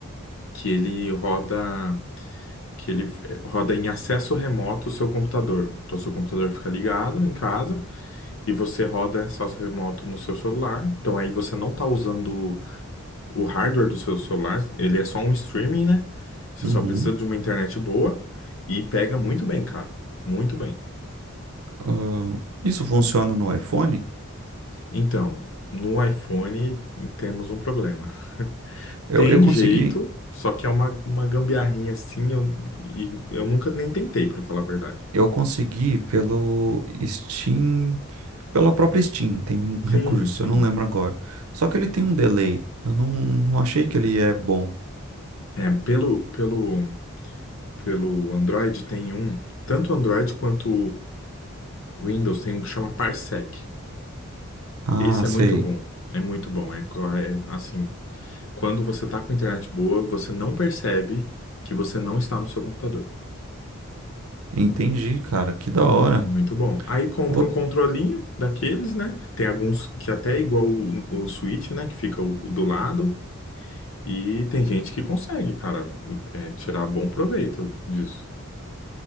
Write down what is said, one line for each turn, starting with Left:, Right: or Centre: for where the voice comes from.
Left: que ele roda que ele eh, roda em acesso remoto o seu computador. Então, seu computador fica ligado em casa e você roda acesso remoto no seu celular. Então, aí você não está usando O hardware do seu celular, ele é só um streaming, né? Você
Right: Uhum.
Left: só precisa de uma internet boa e pega muito bem, cara. Muito bem.
Right: Ah, isso funciona no iPhone?
Left: Então, no iPhone temos um problema. <laughs>
Right: Eu,
Left: Tem
Right: eu consegui.
Left: jeito, só que é uma, uma gambiarrinha assim, eu, e eu nunca nem tentei, pra falar a verdade.
Right: Eu consegui pelo Steam, pela própria Steam, tem um <laughs>
Left: Sim,
Right: recurso,
Left: sim.
Right: eu não lembro agora. Só que ele tem um delay. Eu não, não achei que ele é bom.
Left: É, pelo, pelo, pelo Android tem um, tanto o Android quanto o Windows tem um que chama Parsec.
Right: Ah,
Left: Esse é
Right: sei.
Left: muito bom. É muito bom. É, co- é, assim, Quando você tá com internet boa, você não percebe que você não está no seu computador.
Right: Entendi, cara. Que da hora.
Left: É Muito bom. Aí compra
Right: Vou,
Left: um controlinho daqueles, né? Tem alguns que até é igual o, o Switch, né? Que fica o- o do lado. E tem gente que consegue, cara, é, tirar bom proveito disso.